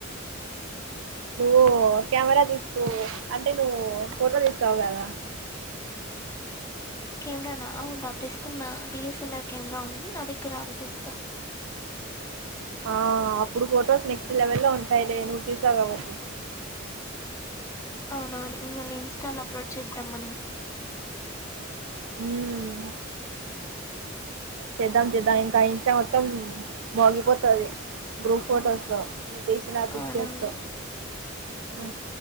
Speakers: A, on the right; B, on the left.
A: న్వో కెమెరా తీస్తూ అంటే నువ్వు ఫోటోలు తీస్తావు కదా
B: కెమెరానా అవును తెస్తున్నా డిఎస్ఎల్ఆర్ కెమెరా ఉంది నా దగ్గర అది తెస్తా <inaudible>
A: ఆ అప్పుడు ఫొటోస్ నెక్స్ట్ లెవెల్ లో ఉంటాయిలే నువ్వు తీసావు కాబట్టి
B: అవునవును మళ్లీ ఇంస్టాలో అప్లోడ్ చేద్దాం మనం
A: హ్మ్ చేద్దాం చేద్దాం ఇంకా ఇంస్టా మొత్తం మోగిపోతది గ్రూప్ ఫోటోస్తో
B: మ్మ్.
A: నువు తీశిన పిక్చర్స్
B: అవునవును
A: తో ఆ